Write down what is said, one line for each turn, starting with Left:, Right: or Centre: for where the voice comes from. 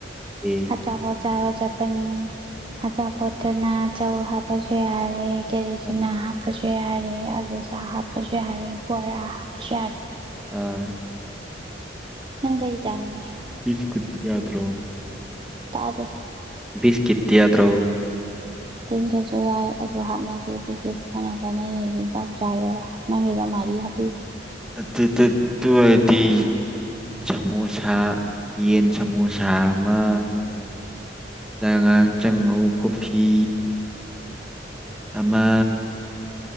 Centre: ꯑꯦ
Right: ꯑꯆꯥꯄꯣꯠ ꯆꯥꯕ ꯆꯠꯄꯅꯤ ꯑꯆꯥꯄꯣꯠꯇꯨꯅ ꯆꯧ ꯍꯥꯞꯄꯁꯨ ꯌꯥꯔꯦ ꯀꯦꯔꯤ
Centre: ꯕꯤꯁꯀꯨꯠꯇꯤ
Right: ꯆꯅꯥ ꯍꯥꯞꯄꯁꯨ ꯌꯥꯔꯦ ꯑꯥꯂꯨ ꯁꯥꯛ ꯍꯥꯞꯄꯁꯨ ꯌꯥꯔꯦ ꯕꯣꯔꯥ ꯍꯥꯞꯄꯖꯨ ꯌꯥꯔꯦ
Centre: ꯑꯥ
Right: ꯅꯪ ꯀꯩ ꯆꯥꯅꯤꯡꯏ
Centre: ꯕꯤꯁꯀꯨꯗꯤ ꯌꯥꯇ꯭ꯔꯣ
Right: ꯇꯥꯗꯦ
Centre: ꯕꯤꯁꯀꯤꯠꯇꯤ ꯌꯥꯗ꯭ꯔꯣ
Right: ꯄꯤꯔꯖꯨ ꯌꯥꯏ ꯑꯗꯨ ꯍꯥꯞꯅꯗꯦ ꯕꯤꯁꯀꯨꯠꯄꯨ ꯀꯅꯥ ꯆꯥꯅꯩꯌꯦꯒꯦ ꯗꯥꯛ ꯆꯥꯒꯦꯔꯣ ꯅꯪꯒꯤꯗ ꯃꯔꯤ ꯍꯥꯞꯄꯤꯒꯦ
Centre: ꯑꯇꯨ ꯇꯨꯠ ꯇꯨ ꯑꯣꯏꯔꯗꯤ ꯁꯃꯣꯁꯥ ꯌꯦꯟ ꯁꯃꯣꯁꯥ ꯑꯃ ꯆꯉꯥꯡ ꯆꯉꯧ ꯀꯣꯐꯤ ꯑꯃ